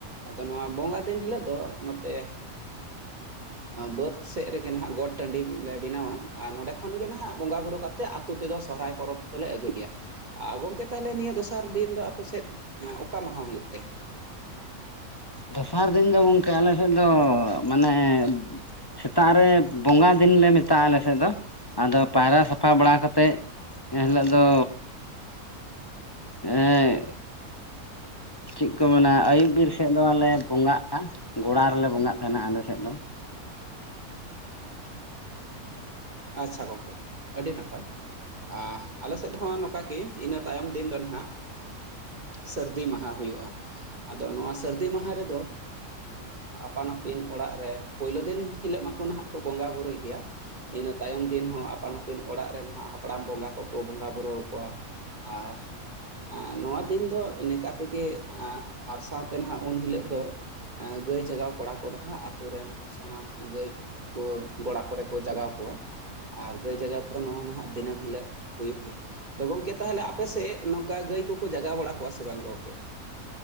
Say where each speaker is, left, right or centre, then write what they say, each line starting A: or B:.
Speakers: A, on the right; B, on the left.
A: ᱟᱫᱚ ᱱᱚᱣᱟ ᱵᱚᱸᱜᱟ ᱫᱤᱱ ᱦᱤᱞᱳᱜ ᱫᱚ ᱱᱚᱛᱮ ᱵᱟᱹᱫᱽ ᱥᱮᱜ ᱨᱮᱜᱮ ᱱᱟᱦᱟᱜ ᱜᱚᱴ ᱴᱟᱺᱰᱤ ᱞᱮ ᱵᱮᱱᱟᱣᱟ ᱟᱨ ᱱᱚᱸᱰᱮ ᱠᱷᱚᱱᱜᱮ ᱱᱟᱦᱟᱜ ᱵᱚᱸᱜᱟ ᱵᱩᱨᱩ ᱠᱟᱛᱮ ᱛᱮ ᱟᱛᱳ ᱛᱮᱫᱚ ᱥᱚᱨᱚᱨᱟᱭ ᱯᱚᱨᱚᱵᱽ ᱫᱚᱞᱮ ᱟᱹᱜᱩᱭ ᱜᱮᱭᱟ᱾ ᱟᱨ ᱜᱚᱝᱠᱮ ᱛᱟᱦᱚᱞᱮ ᱱᱤᱭᱟᱹ ᱫᱚᱥᱟᱨ ᱫᱤᱱ ᱫᱚ ᱟᱯᱮ ᱥᱮᱫ ᱚᱠᱟ ᱢᱟᱦᱟ ᱦᱩᱭᱩᱜ ᱛᱮ?
B: ᱫᱚᱥᱟᱨ ᱫᱤᱱ ᱫᱚ ᱜᱚᱝᱠᱮ ᱟᱞᱮ ᱥᱮᱫ ᱫᱚ ᱢᱟᱱᱮ ᱥᱮᱛᱟᱜ ᱨᱮ ᱵᱚᱸᱜᱟ ᱫᱤᱱ ᱞᱮ ᱢᱮᱛᱟᱜᱼᱟ ᱟᱞᱮ ᱥᱮᱫ ᱫᱚ ᱟᱫᱚ ᱯᱟᱭᱨᱟ ᱥᱟᱯᱷᱟ ᱵᱟᱲᱟ ᱠᱟᱛᱮᱜ ᱮᱱ ᱦᱤᱞᱳᱜ ᱫᱚ ᱮᱸᱜ
A: <inaudible>
B: ᱪᱮᱜ ᱠᱚ ᱢᱮᱱᱟ ᱟᱹᱭᱩᱵ ᱵᱤᱨ ᱥᱮᱫ ᱫᱚ ᱟᱞᱮ ᱵᱚᱸᱜᱟᱜᱼᱟ ᱜᱚᱲᱟ ᱨᱮᱞᱮ ᱵᱚᱸᱜᱟᱜ ᱛᱟᱦᱮᱸᱱᱟ ᱟᱞᱮ ᱥᱮᱫ ᱫᱚ᱾
A: ᱟᱪᱪᱷᱟ ᱜᱚᱢᱠᱮ ᱟᱹᱰᱤ ᱱᱟᱯᱟᱭ᱾ ᱟᱻ ᱟᱞᱮ ᱥᱮᱫ ᱦᱚᱸᱼᱚ ᱱᱚᱝᱠᱟ ᱜᱮ ᱤᱱᱟᱹ ᱛᱟᱭᱚᱢ ᱫᱤᱱ ᱫᱚ ᱱᱟᱦᱟᱸᱜ ᱥᱟᱹᱨᱫᱤ ᱢᱟᱦᱟ ᱦᱩᱭᱩᱜᱼᱟ, ᱟᱫᱚ ᱱᱚᱣᱟ ᱥᱟᱹᱨᱫᱤ ᱢᱟᱦᱟ ᱨᱮᱫᱚ ᱟᱯᱟᱱ ᱟᱹᱯᱤᱱ ᱚᱲᱟᱜ ᱨᱮ ᱯᱳᱭᱞᱳ ᱫᱤᱱ ᱦᱤᱞᱳᱜ ᱢᱟᱠᱚ ᱱᱟᱦᱟᱸᱜ ᱢᱟᱠᱚ ᱵᱚᱸᱜᱟ-ᱵᱩᱨᱩᱭ ᱜᱮᱭᱟ ᱤᱱᱟᱹ ᱛᱟᱭᱚᱢ ᱫᱤᱱ ᱦᱚᱸ ᱟᱯᱟᱱ ᱟᱹᱯᱤᱱ ᱚᱲᱟᱜ ᱨᱮᱱ ᱦᱟᱸᱜ ᱦᱟᱯᱲᱟᱢ ᱵᱚᱸᱜᱟ ᱠᱚᱠᱚ ᱵᱚᱸᱜᱟ-ᱵᱩᱨᱩ ᱟᱠᱚᱣᱟ ᱟᱡ ᱮᱸ ᱱᱚᱣᱟ ᱫᱤᱱ ᱫᱚ ᱱᱮᱠᱟ ᱛᱮᱜᱮ ᱟᱨ ᱥᱟᱶᱛᱮ ᱱᱟᱦᱟᱸᱜ ᱩᱱ ᱦᱤᱞᱳᱜ ᱫᱚ ᱜᱟᱹᱭ ᱡᱟᱜᱟᱣ ᱠᱚᱲᱟ ᱠᱚᱫᱚ ᱦᱟᱜ ᱟᱛᱳ ᱨᱮᱱ ᱥᱟᱱᱟᱢ ᱜᱟᱹᱭ ᱠᱚ ᱜᱚᱲᱟ ᱠᱚᱨᱮ ᱠᱚ ᱡᱟᱜᱟᱣ ᱠᱚᱣᱟ ᱟᱨ ᱜᱟᱹᱭ ᱡᱟᱜᱟᱣ ᱫᱚ ᱱᱚᱣᱟ ᱱᱟᱦᱟᱜ ᱫᱤᱱᱟᱹᱢ ᱦᱤᱞᱳᱜ ᱦᱩᱭᱩᱜ ᱜᱮᱭᱟ, ᱜᱚᱝᱠᱮ ᱛᱟᱦᱚᱞᱮ ᱟᱯᱮ ᱥᱮᱜ ᱱᱚᱝᱠᱟ ᱜᱟᱹᱭ ᱠᱚᱠᱚ ᱡᱟᱜᱟᱣ ᱵᱟᱲᱟ ᱠᱚᱣᱟ ᱥᱮ ᱵᱟᱝ ᱜᱚᱝᱠᱮ?